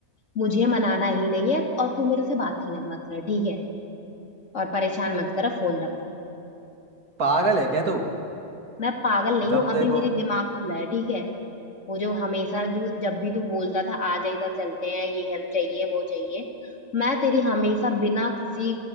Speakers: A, on the left; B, on the right.
A: मुझे मनाना ही नहीं है और तू मेरे से बात ही ना मत कर ठीक है और परेशान मत करो फोन रख
B: पागल है क्या तू
A: मैं पागल नहीं
B: जब
A: हूँ अभी
B: देखो
A: मेरी दिमाग खुला है ठीक है वो जो हमेशा जो जब भी तू बोलता था आ जा इधर चलते हैं ये हेल्प चाहिए वो चाहिए मैं तेरी हमेशा बिना किसी